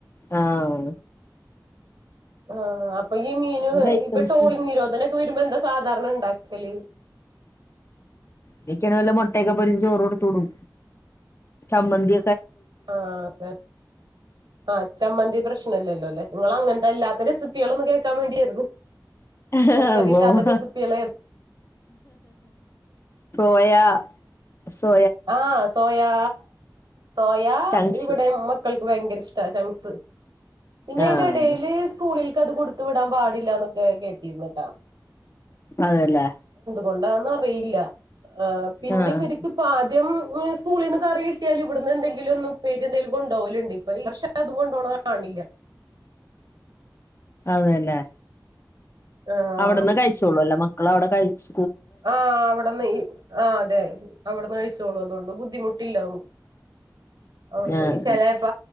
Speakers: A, on the left; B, on the right.
A: ആഹ
B: ആഹ അപ്പൊ ഈ മീന
A: ഏത് ഐറ്റംസും
B: ഇപ്പൊ ട്രോളിങ്‌ നിരോധനൊക്കെ വരുമ്പോ എന്താ സാധാരണ ഉണ്ടാക്ക കല്
A: ഇതൊക്കെയണേല് മുട്ടക്കെ പൊരിച്ച് ചോറ് കൊടുത്ത വിടും ചമ്മന്തി
B: ആ അതെ ആ ചമ്മന്തി പ്രശ്നല്ലല്ലോ അല്ലെ നിങ്ങളങ്ങന അതല്ലാത്തെറെസിപ്പികളൊന്ന് കേൾക്കാൻ വേണ്ടിയായിരുന്നു
A: <inaudible>
B: പച്ചക്കറി ഇല്ലാത്ത റെസിപ്പികളെ
A: സോയാ സോ
B: ആഹ് സോയാ സോയാ
A: ചങ്ക്സ്
B: ഇവടേം മക്കൾക്ക് ഭയങ്കര ഇഷ് ച ചംഗ്‌സ് പിന്നെ
A: ആഹ്
B: അയ്ന്റെ എടേല് സ്കൂളിൽക്കത് കൊട് ത്തു വിടാൻ പാടില്ലാന്നൊക്കെ കേട്ടീര്ന്ന്ട്ടാ.
A: അതെ ല്ലേ
B: കൊണ്ടാന്നറിയില്ല ഏഹ് പിന്നെവരിക്ക്
A: ആഹ്
B: <unintelligible> സ്കൂളീന്ന് കറി കിട്ടിയാല് ഇവിട്ന്ന് എന്തെങ്കിലും ഒന്ന് ഉപ്പേരി എന്തേലും കൊണ്ടോവല്ണ്ട് ഇപ്പ ഈ വർഷ അതും കൊണ്ടോണ കാണ് ണില്ല്യ.
A: അതല്ലേ
B: ആഹ്
A: അവിട്ന്ന് കഴിച്ചോളും അല്ലേ മക്കള് അവിടെ കഴിച്ച്
B: ആഹ് അവിടന്നെയ് ആഹ് അതെ അവിടന്ന് കഴിച്ചോളും അതുകൊണ്ട് ബുദ്ധിമുട്ടില്ല നമു അവിടന്ന്
A: ആഹ്
B: ചെലേപ്പ